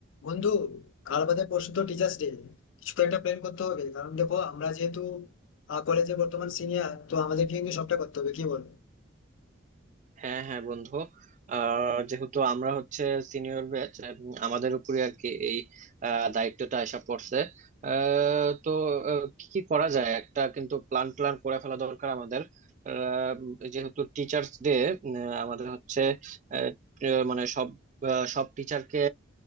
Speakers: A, on the left (about 65°); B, on the right (about 35°).
A: বন্ধু কাল বাদে পরশু তো টিচার্স ডে কিছু তো একটা প্ল্যান করতে হবে কারণ দেখো আমরা যেহেতু কলেজে বর্তমান সিনিয়র তো আমাদেরকে কিন্তু সবটা করতে হবে কি বল
B: হ্যাঁ হ্যাঁ বন্ধু আহ যেহেতু আমরা হচ্ছে সিনিয়র ব্যাচ আমাদের উপরে আর কি এই আহ, দায়িত্বটা এসে পড়ছে আহ, তো আহ, কি কি করা যায় একটা কিন্তু প্ল্যান প্ল্যান করে ফেলা দরকার আমাদের আহ, উম, যেহেতু টিচার্স ডে আমাদের হচ্ছে আহ, আহ, মানে সব আহ, সব টিচারকে